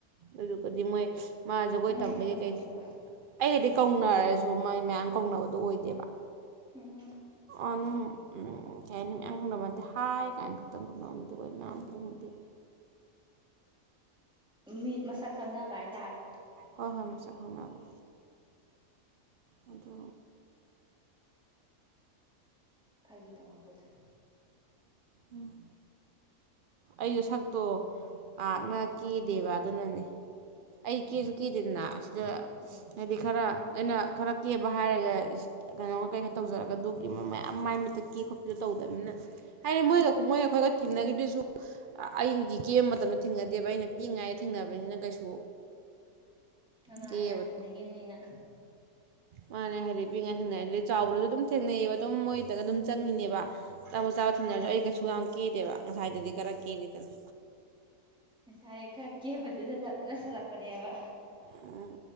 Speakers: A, on the right; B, in the centre.
A: ꯑꯗꯨꯒꯗꯤ ꯃꯣꯏ ꯃꯥ ꯖꯒꯣꯏ
B: ꯅꯪꯒꯗꯤ
A: ꯇꯝꯕꯒꯤ
B: ꯀꯧꯅꯗꯕ
A: ꯀꯩ ꯑꯩꯒꯗꯤ ꯀꯧꯅꯔꯁꯨ ꯃꯥꯏ ꯃꯌꯥꯝ ꯀꯧꯅꯕꯗꯣ ꯑꯣꯏꯗꯦꯕ
B: ꯎꯝ
A: ꯑꯗꯨꯝ ꯀꯩ ꯍꯥꯏꯅꯤ ꯃꯌꯥꯝ ꯀꯧꯅꯕ ꯅꯠꯇꯦ ꯍꯥꯏ ꯀꯥꯏꯅ ꯈꯛꯇꯪ ꯇꯧꯅꯕ ꯃꯤꯗꯤ ꯑꯣꯏ ꯃꯌꯥꯝꯗꯤꯗꯪꯅꯗꯦꯕ
B: ꯃꯤꯠ ꯃꯁꯛ ꯈꯪꯅꯕ ꯍꯥꯏꯇꯥꯔꯦ
A: ꯍꯣꯏ ꯍꯣꯏ ꯃꯥꯁꯛ ꯈꯪꯅꯕ ꯑꯗꯨ
B: ꯐꯥꯒꯤ ꯇꯧꯍꯧꯕꯗ
A: ꯎꯝ ꯑꯩꯁꯨ ꯁꯛꯇꯣ ꯑꯥꯛꯅ ꯀꯦꯗꯦꯕ ꯑꯗꯨꯅꯅꯦ ꯑꯩ ꯀꯦꯁꯨ ꯀꯦꯗꯦꯗꯅ ꯁꯤꯗ
B: ꯎꯝ
A: ꯍꯥꯏꯗꯤ ꯈꯔ ꯑꯩꯅ ꯈꯔ ꯀꯦꯕ ꯍꯥꯏꯔꯒ ꯀꯩꯅꯣ ꯀꯩꯅ ꯈ ꯇꯧꯖꯔꯒ ꯑꯗꯨꯒꯤꯕ ꯃꯌꯥꯝ ꯃꯥꯏ ꯃꯤꯠꯇ ꯀꯦ ꯈꯣꯠꯄꯤꯗꯣ ꯇꯧꯗꯕꯅꯤꯅ ꯍꯥꯏꯗꯤ ꯃꯣꯏꯗ ꯃꯣꯏ ꯑꯩꯈꯣꯏꯒ ꯊꯦꯡꯅꯈꯗꯨꯁꯨ ꯑꯩꯒꯤ ꯀꯦꯕ ꯃꯇꯝꯗ ꯊꯦꯡꯅꯗꯦꯕ ꯑꯩꯅ ꯄꯤꯛꯏꯉꯥꯏꯗ ꯊꯦꯡꯅꯕꯅꯤꯅ ꯀꯩꯁꯨ
B: ꯑꯉꯥꯡ
A: ꯀꯦꯕꯗꯣ
B: ꯑꯣꯏꯔꯤꯀꯥꯟꯗ ꯊꯦꯡꯅꯈꯤꯕꯅꯤꯅ
A: ꯃꯥꯅꯦ ꯍꯥꯏꯗꯤ ꯄꯤꯉꯥꯏ ꯊꯪꯅꯩ ꯑꯗꯨꯗꯗꯤ ꯆꯥꯎꯕ꯭ꯔꯁꯨ ꯑꯗꯨꯝ ꯊꯦꯡꯅꯩꯑꯕ ꯑꯗꯨꯝ ꯃꯣꯏꯗꯒ ꯑꯗꯨꯝ ꯆꯪꯉꯤꯅꯦꯕ ꯆꯥꯕ ꯆꯥꯕ ꯊꯦꯡꯅꯔꯁꯨ ꯑꯩ ꯀꯩꯁꯨ ꯌꯥꯝ ꯀꯦꯗꯦꯕ ꯉꯁꯥꯏ ꯑꯗꯨꯗꯤ ꯈꯔꯥ ꯀꯦꯔꯤꯗꯅ
B: ꯉꯁꯥꯏ ꯈꯔ ꯀꯦꯕꯗꯨꯗ ꯂꯞꯅꯁꯜꯂꯛꯄꯅꯦꯕ
A: ꯎꯝ